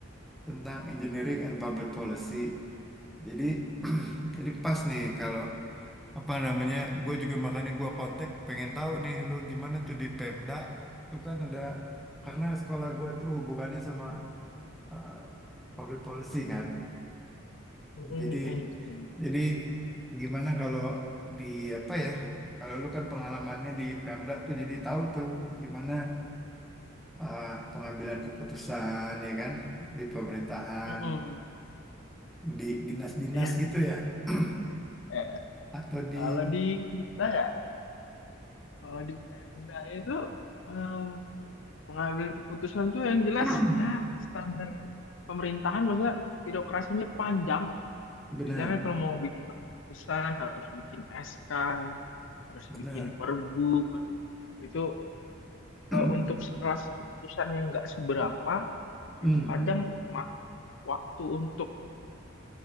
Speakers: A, in the centre; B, on the left (about 65°).
A: tentang engineering and public policy. Jadi, <clears throat> jadi pas nih kalau apa namanya gue juga makanya gue kontak pengen tahu nih lu gimana tuh di Pemda tuh kan ada karena sekolah gue tuh hubungannya sama eh, public policy kan
B: Mm-mm-mm-mm.
A: jadi jadi gimana kalau di apa ya kalau lu kan pengalamannya di Pemda tuh jadi tahu tuh gimana eh, pengambilan keputusan ya kan di pemerintahan
B: Mm-mm.
A: di dinas-dinas
B: Ya,
A: gitu ya <clears throat>
B: Eh, eh.
A: atau di
B: kalau di kita ya, kalau di Pemda itu eh, pengambilan keputusan tuh yang jelas
A: <clears throat>
B: ya standar pemerintahan, maksudnya birokrasinya panjang.
A: benar
B: Biasanya
A: benar
B: kan kalau mau bikin keputusan harus bikin SK, harus
A: benar
B: bikin perbu. Aduh, itu
A: <clears throat>
B: eh, untuk sekelas keputusan yang nggak seberapa,
A: Hmm.
B: itu kadang makan waktu untuk